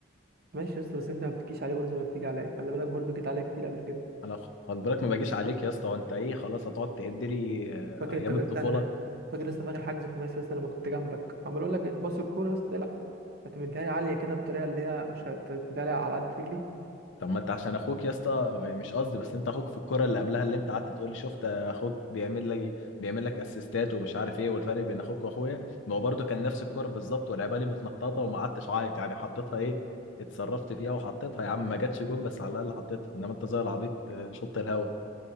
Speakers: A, on the right; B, on the left.
A: ماشي يا اسطى بس انت ما بتجيش عليه برضه زي ما بتيجي عليا خلي بالك برضه جيت عليا كتير قبل كده
B: انا خ- خد بالك ما باجيش عليك يا اسطى وانت ايه خلاص هتقعد تعد لي آه،
A: فاكر
B: ايام
A: انت بقى- استنى
B: الطفوله
A: فاكر لسه فاكر حجز خماسي يا اسطى لما كنت جنبك عمال اقول لك باص الكوره يا اسطى العب هتمديها لي عاليه كده بطريقه اللي هي مش هتديها لي على قد رجلي
B: طب ما انت عشان اخوك يا اسطى يعني مش قصدي بس انت اخوك في الكوره اللي قبلها اللي انت قعدت تقول لي شفت اخوك بيعمل لي بيعمل لك اسيستات ومش عارف ايه والفرق بين اخوك واخويا ما هو برده كان نفس الكوره بالظبط ولعبها لي متنططه وما قعدتش عيط يعني حطيتها ايه اتصرفت فيها وحطيتها يا عم ما جاتش جون بس على الاقل حطيتها انما انت زي العبيط آه، شط الهوا